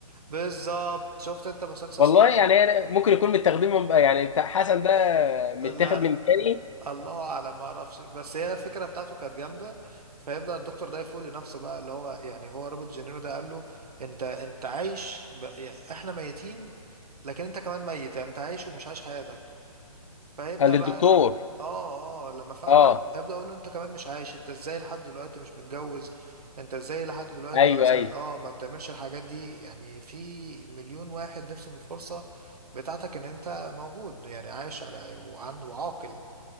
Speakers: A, on the right; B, on the left.
A: بالظبط شفت انت مسلسل
B: والله
A: سارة
B: يعني أنا ممكن يكون متاخدين من يعني بتاع حسن ده متاخد
A: لا
B: من التاني
A: الله اعلم ما اعرفش بس هي الفكره بتاعته كانت جامده فيبدا الدكتور ده يفوق لنفسه بقى اللي هو يعني هو روبرت جينيرو ده قال له انت انت عايش ب... يعني احنا ميتين لكن انت كمان ميت يعني انت عايش ومش عايش حياتك فيبدا
B: آه، للدكتور
A: بقى اه اه لما فعله
B: اه
A: هيب- هيبدا يقول له انت كمان مش عايش انت ازاي لحد دلوقتي مش متجوز انت ازاي لحد دلوقتي
B: ايوه
A: مثلا
B: ايوه
A: اه ما بتعملش الحاجات دي يعني في مليون واحد نفسه في الفرصه بتاعتك ان انت موجود يعني عايش على وعنده وعاقل